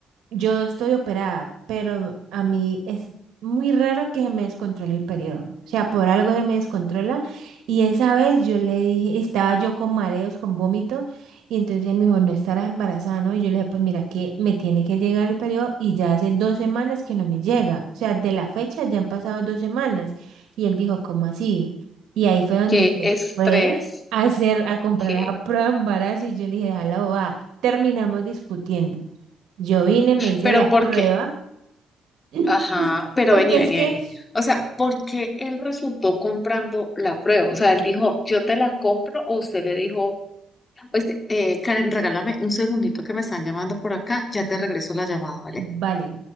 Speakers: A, on the right; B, on the left.
A: Yo estoy operada, pero a mí es muy raro que se me descontrole el periodo. O sea, por algo se me descontrola. Y esa vez yo le dije, estaba yo con mareos, con vómito, y entonces él me dijo, no estarás embarazada, ¿no? Y yo le dije, pues mira que me tiene que llegar el periodo y ya hace dos semanas que no me llega. O sea, de la fecha ya han pasado dos semanas. Y él dijo, ¿cómo así? Y ahí fue donde
B: qué
A: se
B: estrés,
A: fue a hacer, a comprar
B: qué.
A: esa prueba de embarazo y yo le dije, déjala bobada. Terminamos discutiendo. Yo vine, me hice
B: Pero
A: la
B: ¿por
A: prueba,
B: qué?
A: <laughs> <clears throat>
B: Ajá, pero
A: porque
B: vení,
A: es
B: vení,
A: que,
B: vení. O sea, porque él resultó comprando la prueba? O sea, él dijo, yo te la compro, o usted le dijo, pues, eh, Karen, regálame un segundito que me están llamando por acá, ya te regreso la llamada, ¿vale?
A: vale,